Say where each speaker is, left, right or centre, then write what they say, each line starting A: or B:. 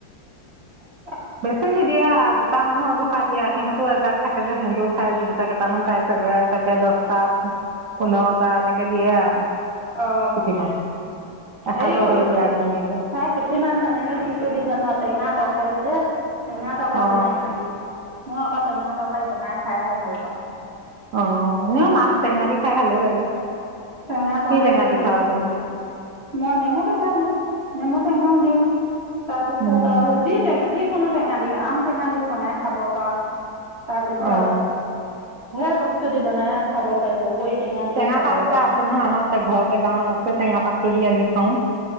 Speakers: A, on the right; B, on the right.
A: অ'।
B: বেছি নিদিয়ে আও, দুটা মানুহ জুখ খাই দিয়ে সিহঁতো এজাক থাকে যে সিহঁতেও খায়, যিকেইটা কেইটামান পাই চাগৈ তাকে দশটা-পোন্ধৰটা এনেকে দিয়ে আৰু।
A: অ',
B: পুঠি মাছ এসাঁজৰ
A: হেৰি কৰিবি,
B: হয়গৈ আৰু ধুনীয়াকে
A: তাৰে পুঠি মাছ আনিলে কি কৰিবি জান! টেঙা-তৰকাৰী <unintelligible> টেঙা তৰকাৰী
B: অ
A: বনাই খাবি মই আকৌ টেঙা তৰকাৰী বনাই খাইহে ভাল পাওঁ
B: অ এনেও মাছ টেঙা দি খাই ভালে লাগে
A: টেঙা
B: কি
A: তৰকাৰী
B: টেঙা দি
A: হেৰি
B: খাৱ তহঁতি
A: মই নেমু টেঙা দিওঁ নেমু টেঙাও দিওঁ তাৰ পিছত
B: উম
A: আৰু যি টেঙা যি কোনো টেঙা দি আম টেঙা দিও বনাই খাব পাৰ তাৰপিছত
B: অ
A: ধেৰ বস্তু দি বনাই খাব পাৰি বগৰী দিও
B: টেঙা
A: খাব
B: পাত এটা
A: পাৰ
B: আছে নহয় আমাৰ ঘৰতে গাঁৱত আছে টেঙা পাতটো দি আনি খাওঁ